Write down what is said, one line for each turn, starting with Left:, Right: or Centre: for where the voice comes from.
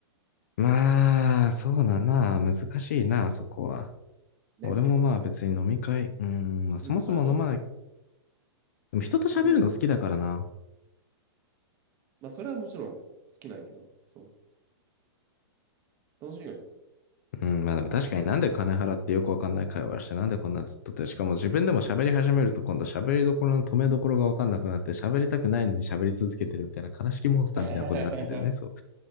Left: まあ、そうだな。難しいな、そこは。
Right: ね、
Left: 俺もまあ別に飲み会、
Right: やっぱ人、
Left: うん、まあそもそも飲まない。
Right: うん、あ、どうぞ。
Left: でも人と喋るの好きだからな。
Right: そもそもまあ、それはもちろん好きなんやけど、そう。楽しいよね。
Left: うん、まあでも確かになんで金払ってよくわかんない会話して、
Right: 全然。
Left: なんでこんなずっとって、しかも自分でも喋り始めると今度喋りどころの止めどころがわかんなくなって、喋りたくないのに喋り続けてるみたいな悲しきモンスターみたいなことになってんだよね。
Right: <laughs>
Left: そ